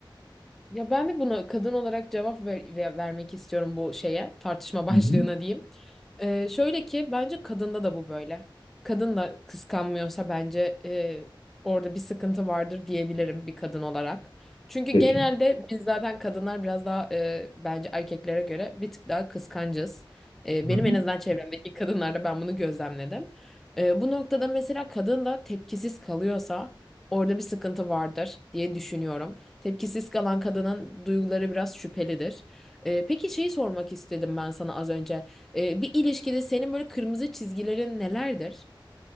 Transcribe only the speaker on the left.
Hı hı.
Dedim.
Hı
hı.